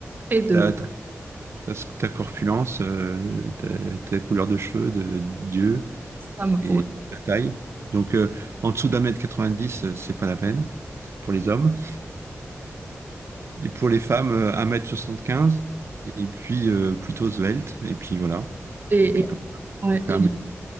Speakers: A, on the right (about 40°); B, on the right (about 60°).
A: trait de
B: ta t'as- t'as ta corpulence, euh, ta, ta couleur de cheveux, de d'yeux
A: Sam.
B: et
A: ouais.
B: ta taille. Donc, euh, en dessous d'un mètre 90, euh, c'est pas la peine pour les hommes. Et pour les femmes, euh, un mètre m 75 et puis euh, plutôt svelte. Et puis voilà.
A: Et,
B: Et puis,
A: et-
B: comme
A: ouais,
B: on fait
A: et
B: un mec.